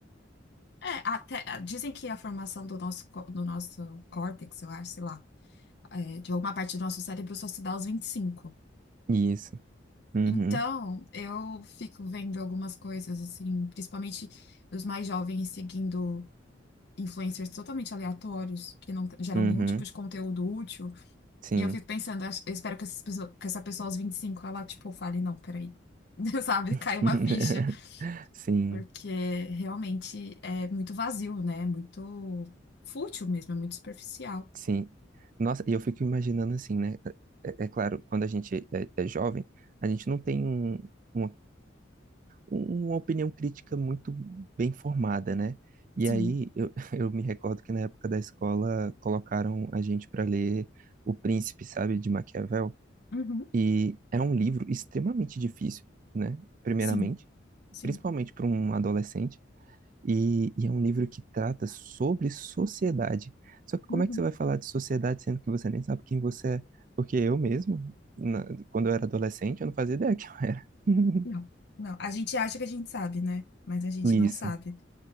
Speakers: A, on the left; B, on the right.
A: É, até, ah, dizem que a formação do nosso, có- do nosso córtex, eu acho, sei lá, é, de alguma parte do nosso cérebro só se dá aos 25.
B: Isso. Uhum,
A: Então, eu fico vendo algumas coisas, assim, principalmente os mais jovens seguindo influencers totalmente aleatórios, que não geram
B: uhum,
A: nenhum tipo de conteúdo útil.
B: sim.
A: E eu fico pensando, acho- eu espero que, essas pessoas- que essa pessoa aos 25 ela, tipo, fale, não, peraí, <laughs> sabe,
B: <laughs>
A: cai uma ficha.
B: Sim,
A: porque realmente é muito vazio, né? É Muito fútil mesmo, é muito superficial.
B: sim. Nossa, e eu fico imaginando assim, né? É, é claro, quando a gente é, é jovem, a gente não tem um, uma um, uma opinião crítica muito bem formada, né? E
A: Sim.
B: aí eu, <laughs> eu me recordo que na época da escola colocaram a gente para ler O Príncipe, sabe, de Maquiavel,
A: Uhum.
B: e é um livro extremamente difícil, né? Primeiramente,
A: Sim. Sim.
B: principalmente para um adolescente, e, e é um livro que trata sobre sociedade. Só que como
A: Uhum.
B: é que você vai falar de sociedade sendo que você nem sabe quem você é? Porque eu mesmo, na- quando eu era adolescente, eu não fazia ideia <laughs> que eu era. <laughs>
A: Não. Não. A gente acha que a gente sabe, né? Mas a gente
B: Isso.
A: não sabe.